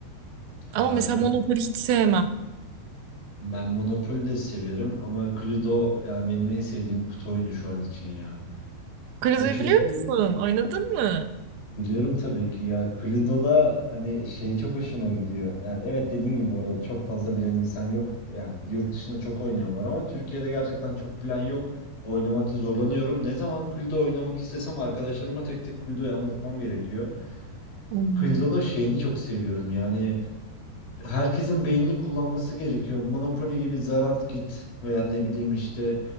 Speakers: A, on the left (about 80°); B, on the right (about 80°).
A: Aa,
B: Ama mesela Monopoly hiç sevmem.
A: Ben Monopoly de severim ama Cluedo yani benim en sevdiğim kutu oyunu şu an için ya.
B: Cluedo'yu
A: Ya çünkü
B: biliyor musun? Oynadın mı?
A: biliyorum tabii ki ya Cluedo'da hani şey çok hoşuma gidiyor. Yani evet dediğin gibi bu arada çok fazla bilen insan yok. Yani yurt dışında çok oynayan var ama Türkiye'de gerçekten çok bilen yok. Oynamakta zorlanıyorum. Ne zaman Cluedo oynamak istesem arkadaşlarıma tek tek Cluedo'yu anlatmam gerekiyor.
B: Hmm,
A: Hı Cluedo'nun şeyini çok seviyorum yani herkesin beynini kullanması gerekiyor. Monopoly gibi Zarat Git veya ne bileyim işte